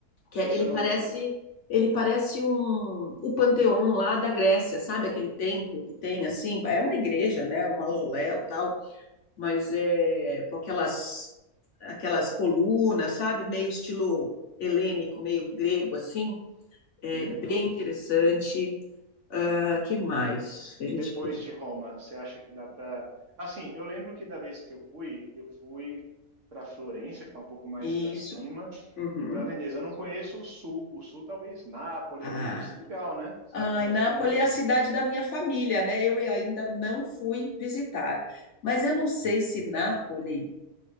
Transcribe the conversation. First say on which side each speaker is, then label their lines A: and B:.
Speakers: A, on the left; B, on the right.
A: que é-
B: Esse
A: ele
B: eu
A: parece
B: não lembro.
A: ele parece um o Panteão lá da Grécia, sabe? Aquele templo que tem assim, é uma igreja, né? Um mausoléu, tal, mas
B: Ok,
A: é com aquelas aquelas colunas, sabe? Meio estilo helênico, meio grego assim, é
B: que legal.
A: bem interessante. Ah, que mais que
B: E
A: a gente
B: depois
A: pode...
B: de Roma, você acha que dá para? Assim, eu lembro que da vez que eu fui, eu fui para Florença, que está um pouco mais
A: Isso.
B: para cima,
A: Uhum.
B: e para Veneza. Eu não conheço o sul. O sul, talvez Nápoles
A: Ah,
B: ali, deve ser legal, né? Será
A: Ai,
B: que vale
A: Nápoles
B: a pena ir?
A: é a cidade da minha família, né? Eu ainda não fui visitar. Mas eu não sei se Nápoles,